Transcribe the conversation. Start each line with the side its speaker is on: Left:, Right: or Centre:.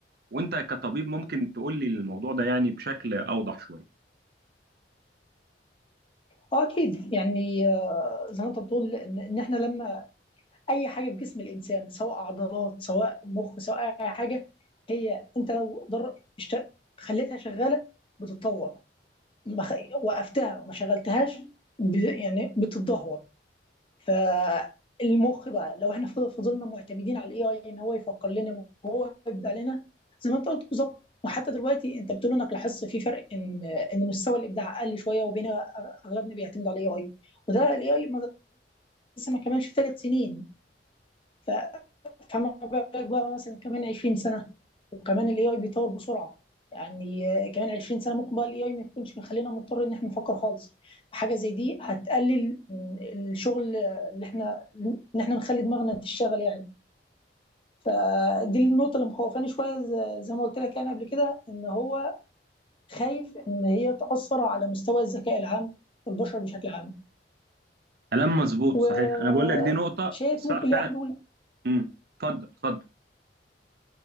Right: وانت كطبيب ممكن تقول لي الموضوع ده يعني بشكل اوضح شويه
Left: اه اكيد يعني آه، زي ما انت بتقول ان إن احنا لما اي حاجه في جسم الانسان سواء عضلات سواء مخ سواء اي حاجه هي انت لو ضر... اشت... خليتها شغاله بتتطور ما خ... وقفتها وما شغلتهاش ب... يعني بتتدهور فالمخ بقى لو احنا فضل- فضلنا معتمدين على الاي اي ان هو يفكر لنا وهو يبدع لنا زي ما انت قلت بالظبط وحتى دلوقتي انت بتقول انك لاحظت في فرق ان ان مستوى الابداع قل شويه وبين اغلبنا بيعتمد على الاي اي وده الاي اي لسه ما كملش ثلاث سنين ف فما بالك بقى مثلا كمان 20 سنه وكمان الاي اي بيتطور بسرعه يعني آه، كمان 20 سنه ممكن بقى الاي اي ما يكونش مخلينا مضطر ان احنا نفكر خالص حاجه زي دي هتقلل من الشغل اللي احنا ان احنا نخلي دماغنا تشتغل يعني فدي النقطه اللي مخوفاني شويه ز- زي ما قلت لك يعني قبل كده ان هو خايف ان هي تاثر على مستوى الذكاء العام والبشر بشكل عام
Right: كلام مظبوط
Left: وشايف
Right: صحيح انا بقول لك دي نقطه صح
Left: ممكن
Right: فعلا
Left: ليها حلول
Right: امم اتفضل اتفضل